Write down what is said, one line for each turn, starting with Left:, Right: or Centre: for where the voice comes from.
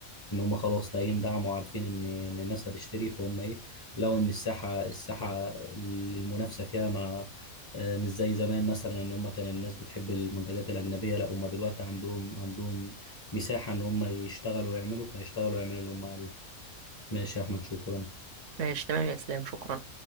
Left: ان هم خلاص لاقيين دعم وعارفين ان ان الناس هتشتري فهم ايه لقوا ان الساحه الساحه اللي المنافسه فيها ما آه، مش زي زمان مثلا ان هم كان الناس بتحب المنتجات الاجنبيه لا هم دلوقتي عندهم عندهم مساحه ان هم يشتغلوا ويعملوا فيشتغلوا ويعملوا اللي هم عليه ماشي يا احمد شكرا
Right: ماشي تمام يا اسلام شكرا